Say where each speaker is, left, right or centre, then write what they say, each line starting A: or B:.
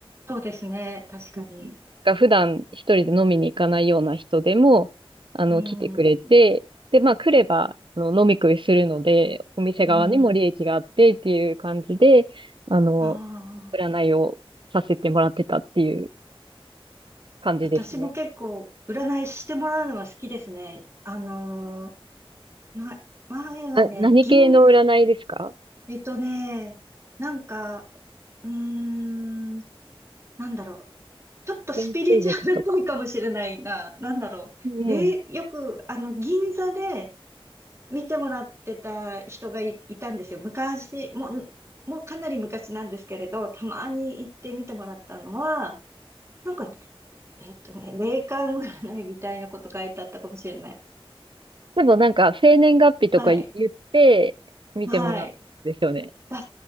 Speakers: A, on the right; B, on the right.
A: そうですね。確かに。
B: うんが普段一人で飲みに行かないような人でも、あの、
A: うん。
B: 来てくれて、で、まあ来れば、あの、飲み食いするので、お店側にも利益があってっていう感じで、
A: うん。
B: あの、
A: ああ、
B: 占いをさせてもらってたっていう感じですね。
A: 私も結構、占いしてもらうのは好きですね。あのーま、前はね、
B: な、何系の占いですか
A: 銀、えっとね、なんか、うーん、なんだろう。ちょっとスピリチュアルっぽいかもしれないな。
B: 先生術とか。
A: なんだろう。
B: うん。
A: で、よく、あの、銀座で、見てもらってた人がい、いたんですよ。昔、もう、もうかなり昔なんですけれど、たまに行って見てもらったのは、なんか、えっとね、霊感占いみたいなこと書いてあったかもしれない。
B: でもなんか、生年月日とか言って、
A: はい。
B: 見てもらうんですよね。
A: はい。だ、